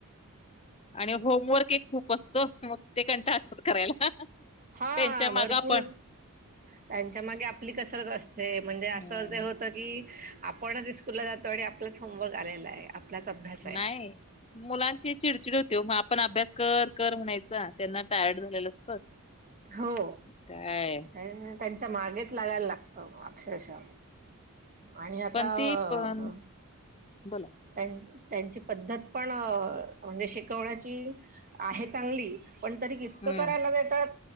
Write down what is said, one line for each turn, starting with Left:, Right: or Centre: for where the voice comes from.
Left: आणि होमवर्क एक खूप असतो, मग ते कंटाळतात. करायला.
Right: हा
Left: त्यांच्या मागं
Right: भरपूर
Left: आपण
Right: त्यांच्या मागे आपली कसरत असते, म्हणजे
Left: हम्म.
Right: असं ते होतं की, आपणच स्कूलला जातो आणि आपलंच होमवर्क आलेला आहे. आपलाच अभ्यास आहे
Left: नाही. मुलांची चिडचिड होती वो मग आपण अभ्यास कर -कर म्हणायचा त्यांना टायर्ड झालेलं असतं.
Right: <unintelligible> हो,
Left: काय
Right: त्यांच्या मागेच लागायला लागतं अक्षरशः. आणि आता
Left: पण ते
Right: अ
Left: पण बोला.
Right: त्यांन त्यांची पद्धत पण म्हणजे शिकवण्याची आहे चांगली, पण तरी इतकं
Left: हम्म.
Right: करायला देतात.